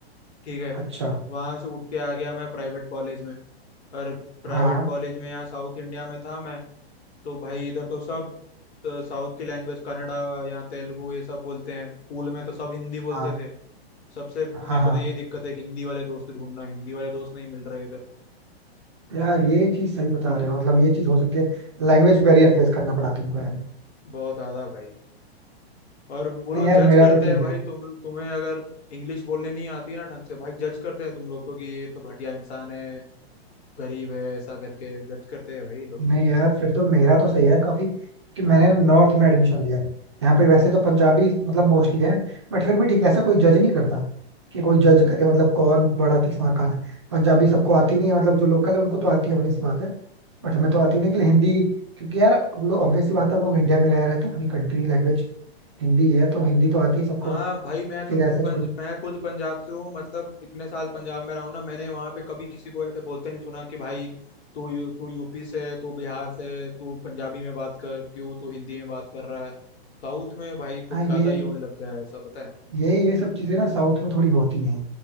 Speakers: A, on the left; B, on the right.
A: ठीक है
B: अच्छा
A: वहां से उठ के आ गया मैं प्राइवेट कॉलेज में पर प्राइवेट
B: हाँ
A: कॉलेज में यहाँ साउथ इंडिया में था मैं तो भाई इधर तो सब साउथ की लैंग्वेज कन्नड़ा यहाँ तेलुगु ये सब बोलते हैं स्कूल में तो सब हिंदी बोलते
B: हाँ
A: थे सबसे
B: हाँ
A: मेरे को
B: हाँ
A: तो ये दिक्कत है हिंदी वाले दोस्त ढूंढना हिंदी वाले दोस्त नहीं मिल रहे इधर
B: यार ये चीज सही बता रहे हो मतलब ये चीज हो सकती है लैंग्वेज बैरियर फेस करना पड़ा तुमको यार
A: बहुत ज्यादा भाई और वो लोग
B: नहीं यार
A: जज
B: मेरा
A: करते
B: तो
A: हैं
B: ठीक
A: भाई
B: है
A: तुम तुम्हें अगर इंग्लिश बोलने नहीं आती है ना ढंग से भाई जज करते हैं तुम लोग को कि ये तो घटिया इंसान है गरीब है ऐसा करके जज करते हैं भाई ये लोग तो
B: नहीं यार फिर तो मेरा तो सही है यार काफी कि मैंने नॉर्थ में एडमिशन लिया है यहाँ पे वैसे तो पंजाबी मतलब मोस्टली है बट फिर भी ठीक है ऐसा कोई जज नहीं करता कि कोई जज
A: हम्म।
B: करे मतलब कौन बड़ा किस्मार खान है पंजाबी सबको आती नहीं है मतलब जो लोकल है उनको तो आती है ऑब्वियस बात है
A: हम्म
B: बट हमें तो आती नहीं लेकिन हिंदी क्योंकि यार ऑब्वियस सी बात है हम लोग इंडिया में रह रहे हैं तो अपनी कंट्री लैंग्वेज हिंदी है तो हिंदी
A: हम्म।
B: तो आती है सबको
A: हाँ भाई मैं तो
B: फिर
A: खुद
B: ऐसा
A: पंज
B: कोई
A: मैं खुद पंजाब से हूँ मतलब इतने साल पंजाब में रहा हूँ ना मैंने वहाँ पे कभी किसी को ऐसे बोलते नहीं सुना कि भाई तू यू, तू यूपी से है तू बिहार से है तू पंजाबी में बात कर क्यों तू हिंदी में बात कर रहा है साउथ में भाई कुछ
B: हाँ
A: ज्यादा
B: ये
A: ही होने लग गया है ऐसा पता है
B: ये ये सब चीजें ना साउथ में थोड़ी होती हैं